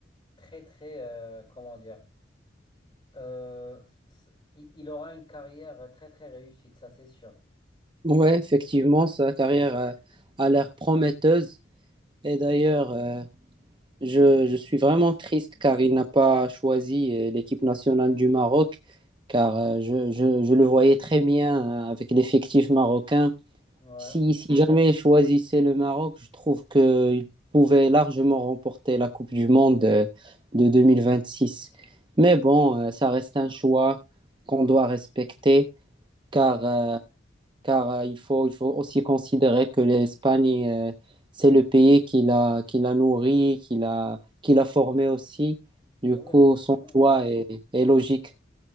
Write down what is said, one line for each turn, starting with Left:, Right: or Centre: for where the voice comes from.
Left: très très euh, comment dire euh, c- il il aura une carrière euh, très très réussie, ça c'est sûr.
Right: Ouais, effectivement,
Left: ouais,
Right: sa carrière euh, a l'air prometteuse. Et d'ailleurs, euh, Je, je suis vraiment triste car il n'a pas choisi euh, l'équipe nationale du Maroc, car euh, je, je- je le voyais très bien euh, avec l'effectif marocain.
Left: ouais,
Right: Si, si jamais il choisissait le Maroc, je trouve qu'il pouvait largement remporter la Coupe du Monde euh, de 2026. Mais bon, euh, ça reste un choix qu'on doit respecter, car
Left: ouais.
Right: euh, car euh, il faut, il faut aussi considérer que l'Espagne, euh, c'est le pays qui l'a, qui l'a nourri, qui l'a, qui l'a formé aussi. Du
Left: Bon,
Right: coup,
Left: Oui, effectivement.
Right: son choix est, est logique.